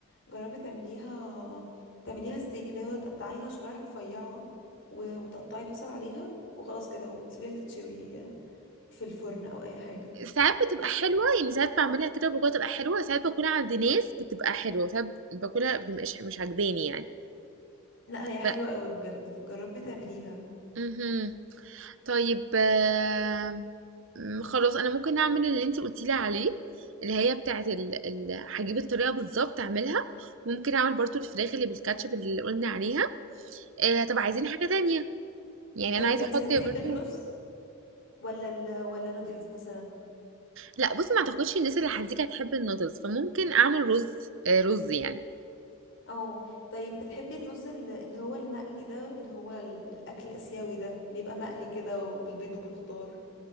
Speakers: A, on the left; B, on the right.
A: جربي تعمليها تعمليها ستيك اللي هو تقطعيها شرايح رفيعة و... وتقطعي بصل عليها وخلاص كده وتسيبيها تتشوي في الفرن او اي حاجة
B: ساعات بتبقى حلوة يعني ساعات بعملها كده وباكلها تبقى حلوة ساعات باكلها عند ناس بتبقى حلوة ساعات باكلها بتبقاش مش عاجباني يعني
A: لا هي حلوة
B: ف...
A: قوي بجد جربي تعمليها
B: مهم. طيب آم، م، خلاص انا ممكن اعمل اللي انتي قلتيلي عليه اللي هي بتاعه ال... ال... هجيب الطريقه بالظبط اعملها ممكن اعمل برضو الفراخ اللي بالكاتشب اللي قلنا عليها آه طب عايزين حاجه تانية يعني
A: طيب
B: انا عايزه
A: انت
B: احط
A: بتحبي
B: برضو
A: الرز ولا ال... ولا نودلز مثلا
B: لا بصي ما اعتقدش الناس اللي هتزيك هتحب النودلز فممكن اعمل رز آه رز يعني
A: اه طيب بتحبي الرز ال- اللي هو المقلي ده اللي هو ال- الاكل الاسيوي ده بيبقى مقلي كده وبالبيض وبالخضار